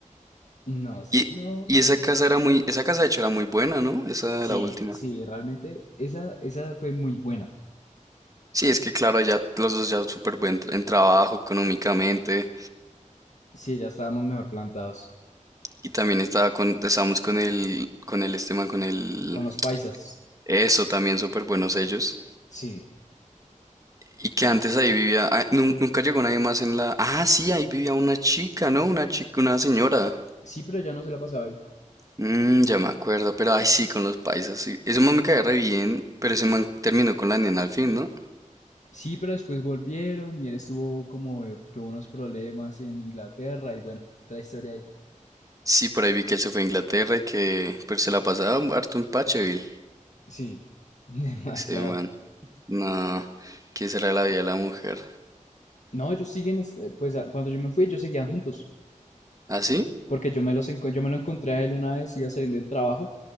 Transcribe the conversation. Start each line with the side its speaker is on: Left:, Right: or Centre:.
Left: No, s-
Right: Y,
Left: no,
Right: y esa
Left: pues.
Right: casa era muy, esa casa de hecho era muy buena, ¿no? Esa
Left: Sí,
Right: la última.
Left: sí, realmente esa, esa fue muy buena.
Right: Sí, es que claro, allá los dos ya súper buen tra- en trabajo económicamente.
Left: Sí, ya estábamos mejor plantados.
Right: Y también estaba con, estábamos con el, con el este man, con el,
Left: Con los paisas.
Right: eso también súper buenos ellos.
Left: Sí.
Right: Y que antes ahí vivía, ah, nun- nunca llegó nadie más en la... Ah, sí, ahí vivía una chica, ¿no? Una chica, una señora.
Left: Sí, pero ya no se la pasaba ahí.
Right: Mm, ya me acuerdo, pero ay sí, con los paisas, sí. Ese man me caía re bien, pero ese man terminó con la nena al fin, ¿no?
Left: Sí, pero después volvieron y él estuvo como, eh, tuvo unos problemas en Inglaterra y bueno, otra historia ahí.
Right: Sí, por ahí vi que él se fue a Inglaterra y que... Pero se la pasaba harto en Pacheville,
Left: Sí. <laughs> Demasiado.
Right: ese man. No, ¿quién será la vida de la mujer?
Left: No, ellos siguen, es- eh, pues a- cuando yo me fui, ellos seguían juntos,
Right: ¿Ah, sí?
Left: porque yo me los enco- yo me lo encontré a él una vez, iba saliendo del trabajo